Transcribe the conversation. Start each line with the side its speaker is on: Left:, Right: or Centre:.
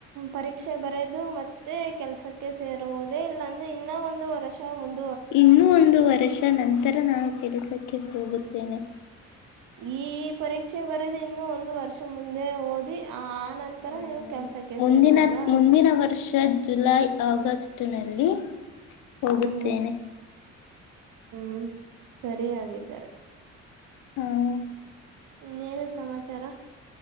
Right: ಪರೀಕ್ಷೆ ಬರದು ಮತ್ತೆ ಕೆಲ್ಸಕ್ಕೆ ಸೇರು ವುದೇ ಇಲ್ಲಾ ಅಂದ್ರೆ ಇನ್ನಾ ಒಂದು ವರ್ಷ ಮುಂದೆ,
Left: ಇನ್ನೂ ಒಂದು ವರ್ಷ ನಂತರ ನಾನು ಕೆಲಸಕ್ಕೆ ಹೋಗುತ್ತೇನೆ.
Right: ಈ ಪರೀಕ್ಷೆ ಬರದ ಇನ್ನು ಒಂದು ವರ್ಷ ಮುಂದೆ ಓದಿ ಆ, ನಂತರ
Left: ಹ
Right: ನೀವು ಕೆಲ್ಸಕ್ಕೆ
Left: ಮುಂದಿನ
Right: ಸೇರುವುದಾ
Left: ಮುಂದಿನ ವರ್ಷ ಅ ಜುಲೈ ಆಗಸ್ಟ್ನಲ್ಲಿ ಹೋಗುತ್ತೇನೆ.
Right: ಹ್ಮ್ ಹ್ಮ್ ಹ್ಮ್ ಸರಿ ಹಾಗಿದ್ದರೆ.
Left: ಹ್ಮ್
Right: ಇನ್ನೇನು ಸಮಾಚಾರ?